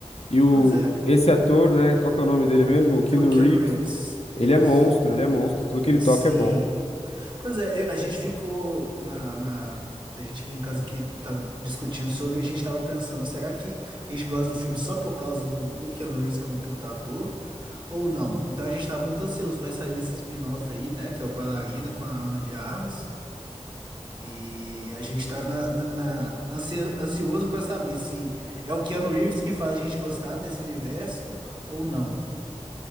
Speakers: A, on the left; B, on the right.
A: E o,
B: Pois é.
A: esse ator, né? Qual que é o nome dele mesmo? O Keanu
B: É o Keanu
A: Reeves.
B: Reeves,
A: Ele
B: isso.
A: é monstro, ele é monstro. Tudo que ele
B: Sim.
A: toca é bom.
B: Pois é, eu- a gente ficou na, na. A gente aqui em casa que tava discutindo sobre, a gente tava pensando, será que a gente gosta do filme só por causa do, do Keanu Reeves, que é um puta ator, ou não? Então a gente tá muito ansioso, vai sair esse spin-off aí, né, que é o Bailarina com a Ana de Armas, e a gente tá na, na, na- ansia- ansioso pra saber se é o Keanu Reeves que faz a gente gostar desse universo ou não.